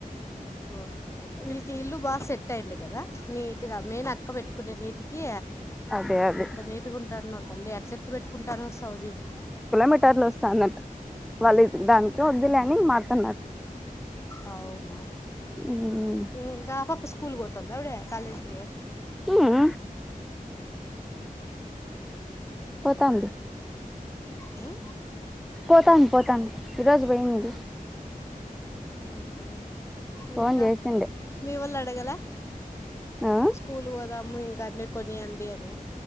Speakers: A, on the left (about 20°); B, in the centre.
A: ఓకే ఓకే వీళ్ళకి ఈ ఇల్లు బా సెట్ అయింది కదా నీ ది మెయిన్ అక్క పెట్టుకునే నీటికి
B: అదే అదే
A: ఎంత నీట్గా ఉంటానో తల్లి అట్లే ఎట్ల పెట్టుకుంటారో సౌజి
B: పటర్లు వస్తాదంట వాళ్ళు దానికి వద్దులే అని మారాతన్నారు
A: అవునా
B: ఉమ్
A: ఇంగ ఆ పాప స్కూల్ కి పోతుందా కాలేజ్ కి
B: మ్మ్ పోతాంది
A: మ్మ్
B: పోతాంది పోతాంది ఈరోజు పోయింది
A: అవునా ఇంకా
B: ఫోన్ చేసిండే
A: మీ వొళ్ళు అడగల
B: ఆ
A: స్కూల్ కి పోదాము ఇంకా అన్ని కొనియండి అని